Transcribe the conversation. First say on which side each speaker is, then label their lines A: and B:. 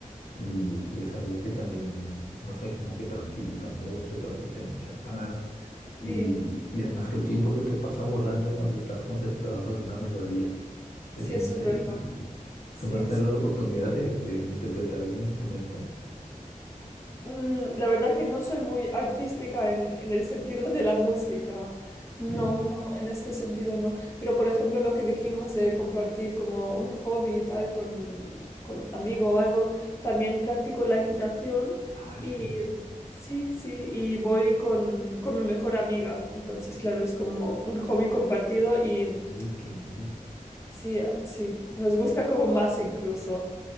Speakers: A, on the left; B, on the left.
A: Y, y es algo que también, no sé, como que tranquiliza mucho, transmite mucha paz. Y,
B: sí,
A: y además que el tiempo se te pasa volando cuando estás concentrado en alguna melodía.
B: sí,
A: Es bien
B: eso
A: interesante.
B: es verdad. Sí,
A: ¿Tú no has tenido
B: sí.
A: la oportunidad de, de interpretar algún instrumento?
B: Mm, la verdad que no soy muy artística en, en el sentido de la música. No,
A: Sí.
B: no, en este sentido no. Pero, por ejemplo, lo que dijimos de compartir como un hobby y tal con, con amigo o algo, también practico la equitación
A: Ah,
B: y
A: qué bien.
B: sí, sí, y voy con, con mi mejor amiga. Entonces, claro, es como un hobby compartido y
A: Uy, qué bien.
B: sí, ah, sí, nos gusta como más incluso.